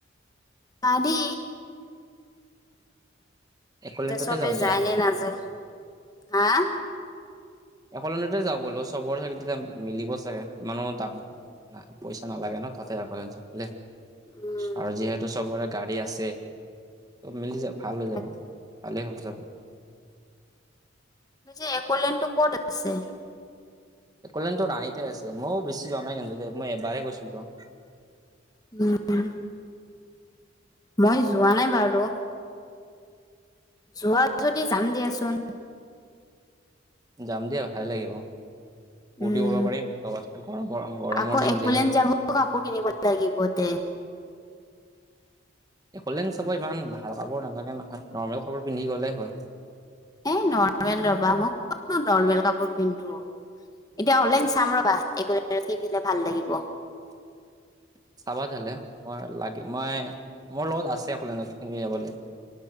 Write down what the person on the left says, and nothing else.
পাৰি
এতিয়া চবেই
যায়নে নাযায় হা।
উম
তাকে
এই যে একলেণ্ড টো ক'ত আছে?
উম মই যোৱাই বাৰু। যোৱা যদি যাম দিয়াচোন।
উম
আকৌ
একলেণ্ড
যাব কাপোৰ কিনিব লাগিব দে
এ নৰ্মেল ৰবা মই কত নো নৰ্মেল কাপোৰ পিন্ধো। এতিয়া অনলাইন চাম ৰবা এই কি পিন্ধিলে ভাল লাগিব।